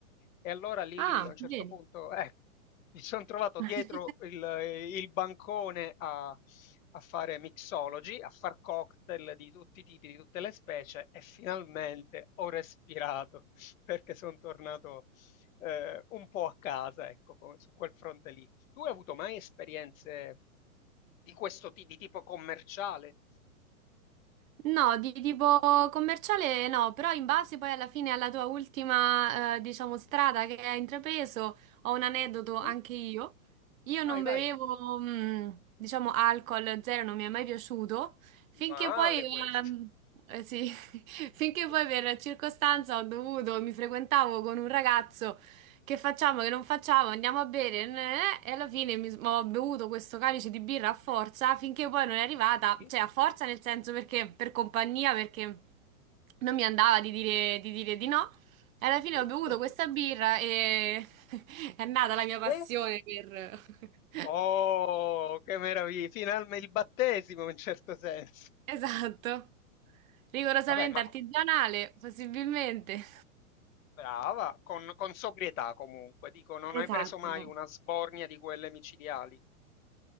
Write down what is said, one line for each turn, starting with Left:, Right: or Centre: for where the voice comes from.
Left: E allora lì
Right: Ah,
Left: a un certo
Right: vedi.
Left: punto, ecco, mi sono trovato
Right: <laughs>
Left: dietro il, il bancone a, a fare mixology, a far cocktail di tutti i tipi, di tutte le specie, e finalmente ho respirato <laughs> perché sono tornato eh, un po' a casa, ecco, co- su quel fronte lì. Tu hai avuto mai esperienze di questo ti- di tipo commerciale?
Right: No, di tipo commerciale no, però in base poi alla fine alla tua ultima, eh, diciamo, strada che hai intrapreso, ho un aneddoto anche
Left: Mm?
Right: io. Io
Left: Vai,
Right: non
Left: vai.
Right: bevevo, mh, diciamo, alcol zero, non mi è mai piaciuto, finché
Left: Male
Right: poi, ehm,
Left: questo.
Right: eh, sì, <laughs> finché
Left: <laughs>
Right: poi per circostanza ho dovuto, mi frequentavo con un ragazzo Che facciamo, che non facciamo, andiamo a bere, eh, e alla fine mi, s- ho bevuto questo calice di birra a forza finché poi non è arrivata,
Left: Sì,
Right: cioè a forza nel senso perché per compagnia, perché non mi andava di dire di, dire di no. E alla fine
Left: giusto.
Right: ho bevuto questa birra e <laughs> è nata la mia passione
Left: Eh?
Right: per... <laughs>
Left: Oh, che meraviglia! Finalmente il battesimo in un certo senso.
Right: Esatto, rigorosamente
Left: Vabbè, ma
Right: artigianale,
Left: co-
Right: possibilmente.
Left: brava, con, con sobrietà comunque. Dico, non hai
Right: Esatto.
Left: preso mai una sbornia di quelle micidiali.